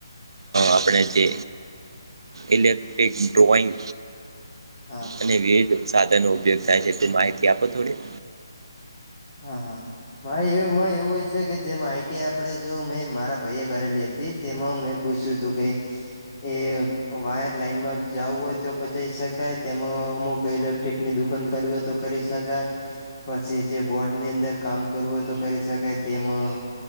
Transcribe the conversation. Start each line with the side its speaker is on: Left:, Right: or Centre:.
Right: અ આપણે જે ઇલેક્ટ્રિક ડ્રોઈંગ
Left: હા
Right: અને વેજ સાધનો ઉપયોગ થાય છે તે માહિતી આપો થોડી
Left: હા હા મારે એમાં એવું હોય છે કે જેમાં આઈટી આપણે જો મેં મારા પાઈએ કરેલી હતી તેમાં મેં પૂછ્યું હતું કે એ વાયર લાઈન માં જવું હોય તો પચી શકાય તેમાં અમુ કોઈ ઇલેક્ટ્રિક ની દુખ કર તો કરી શકાય પછી જે બોર્ડ ની અંદર કામ કરવું તો કરી શકાય તેમા